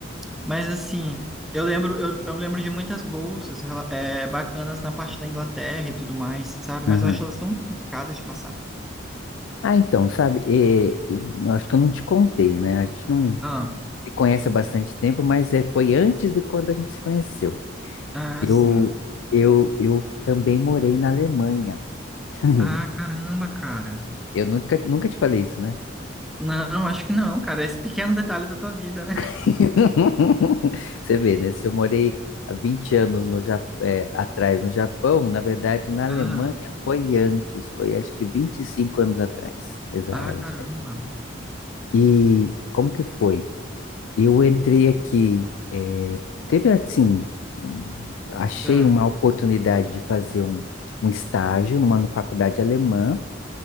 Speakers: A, in the centre; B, on the left.
A: Mas assim, eu lembro, eu, eu me lembro de muitas bolsas rela- é, bacanas na parte da Inglaterra e tudo mais, sabe?
B: Aham.
A: Mas eu acho elas tão complicadas de passar.
B: Ah, então, sabe, é, é, eu acho que eu não te contei, né? A gente não,
A: Ah,
B: se conhece há bastante tempo, mas é, foi antes de quando a gente se conheceu.
A: ah,
B: Eu,
A: sim.
B: eu, eu também morei na Alemanha. <laughs>
A: Ah, caramba, cara.
B: Eu nunca, nunca te falei isso, né?
A: Não, acho que não, cara. Esse pequeno detalhe da tua vida, né?
B: <laughs> Você vê, né? Se eu morei há 20 anos no, Ja- é, atrás no Japão, na verdade, na Alemanha
A: <laughs>
B: foi antes, foi acho que 25 anos atrás. Exa-
A: Ah,
B: É
A: caramba.
B: isso aí. E como que foi? Eu entrei aqui, é, teve assim, hum, achei
A: É,
B: uma oportunidade de fazer um, um estágio numa faculdade alemã,